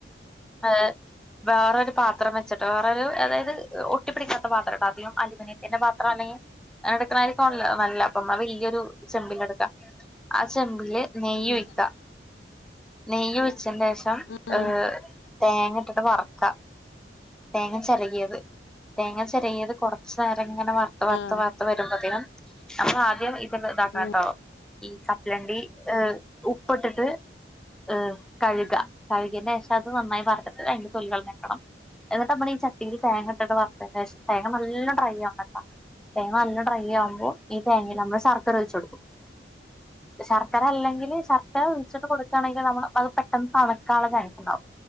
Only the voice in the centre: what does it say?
ഏ വേറൊരു പാത്രം വെച്ച്ട്ട് വേറൊരു അതായത് ഒട്ടിപിടിക്കാത്ത പാത്രട്ടാദ്യം അലൂമിനിയത്തിൻ്റെ പാത്രം അല്ലെങ്കി <unintelligible> വള്ള നമ്മെ വെല്ല്യൊരു ചെമ്പിലാട്ക്കാ അ ചെമ്പ്‌ല് നെയ്യൊഴിക്ക
നെയ്യൊഴിച്ചേൻ്റെ ഷം
അ് തേങ്ങട്ടിട്ട് വറക്കാ തേങ്ങ ചരകിയത്. തേങ്ങ ച രകിയത് കൊറച്ച എങ്ങനെ വർത്ത് വർത്ത്
വർത്ത് വരുമ്പോതിനും നമ്മൾ ആദ്യം ഇതൊന്ന് താക്കണ
ട്ടോ ഈ ച അ് ഉ പ്പ്ട്ട്ട്ട് അ് കഴുക കഴുകിയന്റെ ശേഷം അത് നന്നായി പറഞ്ഞിട്ട് അതിന്റെ തൊലി കളഞ്ഞ് വെക്കണം എന്നിട്ട് നമ്മൾ ഈ ച- തിൽ തേങ്ങട്ടിട്ട് വർത്തേൻ്റെ ഷം തേങ്ങ നല്ല ഡ്രൈ ആവണ ട്ടോ. തേങ്ങ നല്ല ഡ്രൈ ആവുമ്പോ ഈ തേങ്ങിൽ നമ്മള് ശർക്കര ഒഴിച്ച് കൊടുക്കും. ശർക്കര അല്ലെങ്കിൽ ശർക്കര ഒഴിച്ചിട്ട് കൊടുക്കാണെങ്കിൽ നമ്മള് അത് പെട്ടെന്ന് തണുക്കാനുള്ള ചാൻസ് ഉണ്ടാവും